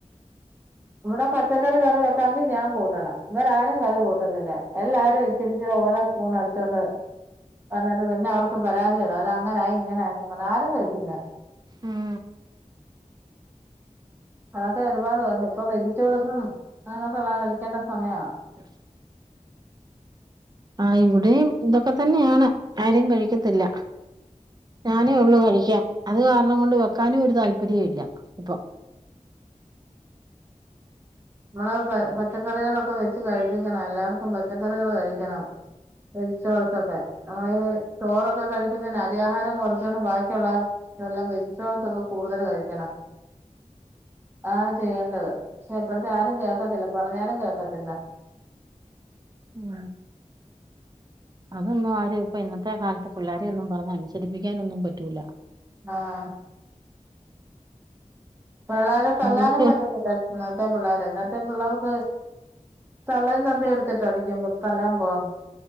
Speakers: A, on the right (about 15°); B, on the right (about 30°).
A: ഇവടെ പച്ചക്കറി കറി വെക്കാമെങ്കിൽ ഞാൻ കൂട്ടണം ഇവര ആരും കറി കൂട്ടുന്നില്ലേ എല്ലാരും ഇച്ചിരിച്ചി ഓരോ സ്പൂൺ എടുത്തൊണ്ട് എന്നിട്ട് പിന്നെ അവർക്ക് പരാതി യുള്ളൂ അത് അങ്ങനെയായി ഇങ്ങനെയാണെന്ന് പറഞ്ഞ് ആരും കഴിക്കില്ല
B: ഉം
A: അതൊക്കെ ഒരുപാട് <unintelligible> ഇപ്പോ വെജിറ്റബിൾസും അങ്ങനൊക്കെള്ളാം കഴിക്കേണ്ട സമയാ
B: <inaudible> ആഹ് ഇവിടിം ഇതൊക്കെ തന്നെയാണ് ആരും കഴിക്കത്തില്ല ഞാനേ ഉള്ളൂ കഴിക്കാൻ അത് കാരണം കൊണ്ട് വെക്കാനും ഒരു താല്പര്യ ഇല്ല ഇപ്പൊ
A: നമ്മള് പ പച്ചക്കറികളൊക്കെ വെച്ച് കഴിപ്പിക്കണം എല്ലാവർക്കും പച്ചക്കറികൾ കഴിക്കണം വെജിറ്റബിൾസൊക്കെ നമ്മള് ചോറൊക്കെ കഴിക്കുന്നതിന് അരി ആഹാരം കൊറച്ചോണ്ട് ബാക്കിയുള്ള തെല്ലം വെജിറ്റബിൾസ് ഒക്കെ കൂടുതൽ കഴിക്കണം ആഹ് ചെയ്യേണ്ടത് ഇപ്പോഴത്തെ ആരും കേൾക്കത്തില്ല പറഞ്ഞാലും കേൾക്കത്തില്ല
B: ഉം അതൊന്നും ആരും ഇപ്പൊ ഇന്നത്തെ കാലത്ത് പിള്ളോരെയൊന്നും പറഞ്ഞഅനുസരിപ്പിക്കാനൊന്നും പറ്റൂല്ല
A: ആഹ് പിള്ളേരെ തല്ലാനും
B: അവർക്ക്
A: പറ്റത്തില്ലായി ഇന്നത്തെ പിള്ളേരെ ഇന്നത്തെ പിള്ളേർക്ക് തള്ളേം തന്തേ എടുത്തിട്ട് അടിക്കുമ്പോ തല്ലാൻ പോവാ